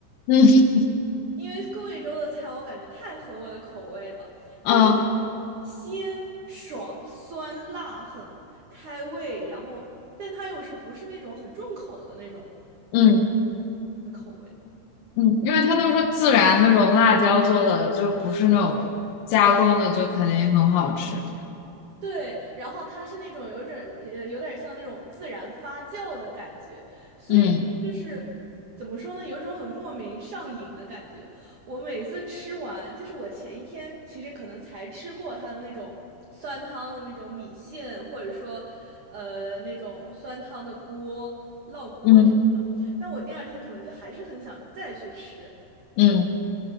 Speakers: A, on the left; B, on the right.
A: 嗯
B: 因为贵州的菜我感觉太合我的口味了，
A: 嗯
B: 就是那种鲜爽、酸辣、很开胃，然后但它又是不是那种很重口的那种
A: 嗯
B: 的口味。
A: 嗯，因为它都是自然那种辣椒做的，就不是那种加工的，就肯定很好吃。
B: 对，然后它是那种有点儿呃有点儿像那种自然发酵的感觉，所以就是怎么说呢，
A: 嗯
B: 有一种很莫名上瘾的感觉。我每次吃完，就是我前一天其实可能才吃过它的那种酸汤的那种米线，或者说呃那种酸汤的锅、烙锅什么的，
A: 嗯
B: 但我第二天可能就还是很想再去吃。
A: 嗯，